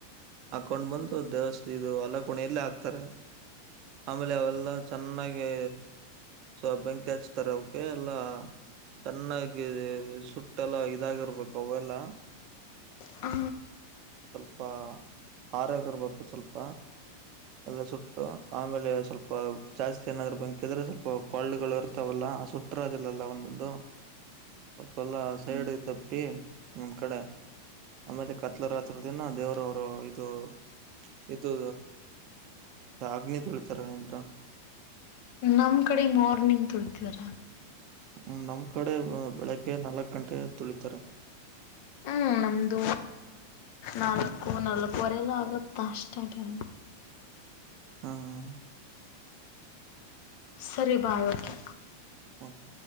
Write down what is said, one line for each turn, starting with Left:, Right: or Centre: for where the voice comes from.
Right: ಹಾಕೊಂಡ ಬಂದು ದೇವಸ್ ಇದು ಅಲ ಕುಣಿ ಅಲ್ಲೇ ಹಾಕ್ತಾರೆ. ಆಮೇಲೆ ಅವೆಲ್ಲಾ ಚೆನ್ನಾಗಿ ಸೋ ಬೆಂಕಿ ಹಚ್ತಾರೆ ಅವಕ್ಕೆ ಎಲ್ಲಾ ಛೆನ್ನಾಗಿ ಸುಟ್ಟೆಲ್ಲ ಇದಾಗಿರ್ಬೇಕು ಅವೆಲ್ಲ
Left: ಹಾ.....
Right: ಸ್ವಲ್ಪ ಅರೊಗಿರ್ಬೇಕು ಸ್ವಲ್ಪ ಎಲ್ಲ ಸು... ಆಮೇಲೆ ಸ್ವಲ್ಪ ಜಾಸ್ತಿ ಏನಾದ್ರೂ ಬಂಕಿದ್ರೆ ಸ್ವಲ್ಪ ಕಳ್ಳಗಳು ಇರ್ತಾವಲ್ಲ ಸು. ಒಂದೊಂದು ಸ್ವಲ್ಪಲ್ಲ ಸೈಡ್ ಇದ್ದ ಬಿ ಒಂದ್ ಕಡೆ ಆಮೇಲೆ ಕತ್ಲರಾತ್ರ ದಿನ ದೇವರವರು ಇದು ಇದು. ಅಗ್ನಿ ತೊಳಿತಾ ಅಲ್ಲಿತಂತ್ರಾ.
Left: ನಮ್ ಕಡೆ ಮಾರ್ನಿಂಗ್ ತುಳಿತರ.
Right: ಹ್ಮ ನಮ್ ಕಡೆ ಬೆಳಿಗ್ಗೆ ನಾಲ್ಕಕ್ ಗಂಟೆ ತುಳಿತಾರ.
Left: ಹ್ಮ್ ನಮ್ದು ನಾಲ್ಕು ನಾಲ್ಕುವರೆ ಎಲ್ಲ ಆಗುತ್ತ ಅಷ್ಟೇ ಟೈಮ್.
Right: ಹಾ ಹಾ
Left: ಸರಿ ಬಾಯ್ ಓಕೆ.
Right: ಓಕೆ.